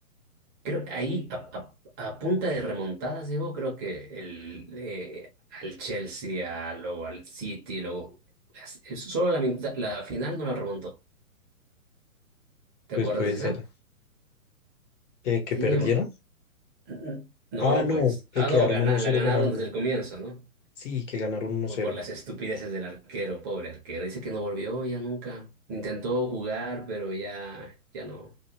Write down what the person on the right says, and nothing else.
Creo que ahí a, a- a punta de remontadas llegó, creo que el, eh, al Chelsea, a- luego al City, luego es- es- solo la, mitad- la final no la remontó. ¿Te
acuerdas
de esa?
Sí,
yo- n- no,
pues.
Ah,
no, gana-
la
ganaron
desde el comienzo, ¿no?
Por,
por las estupideces del arquero, pobre arquero. Dice que no volvió ya nunca. Intentó jugar, pero ya, ya no,